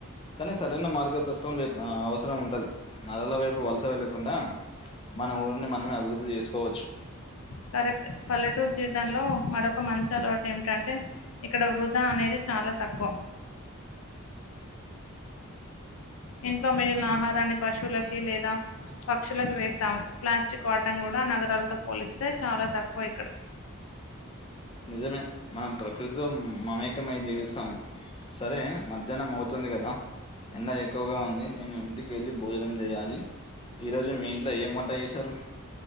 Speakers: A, on the left (about 25°); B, on the left (about 75°).
A: కానీ సరైన మార్గతత్వం అవసరం ఉంటది నరల వైపు వలస వ లేకుండా మన ఊరిని మనమే అభివృద్ధి చేసుకోవచ్చు
B: కరెక్ట్ పల్లెటూరు జీవిత దానిలో మరొక మంచి అలవాటు ఏమిటంటే ఇక్కడ వృధా అనేది చాలా తక్కువ ఇంట్లో మిగిలిన ఆహారాన్ని పశువులకి లేదా పక్షులకు వేస్తాము ప్లాస్టిక్ వాడడం కూడా ఇక నగరాలతో పోలిస్తే చాలా తక్కువ ఇక్కడ
A: నిజమే మనం ప్రకృతితో మమేకమై జీవిస్తాము సరే మధ్యాహ్నం అవుతు ఇబ్బంది కదా ఎండ ఎక్కువగా ఉంది నేను ఇంటికి వెళ్ళి భోజనం చేయాలి ఈ రోజు మీ ఇంట్లో ఏం వంట చేసారు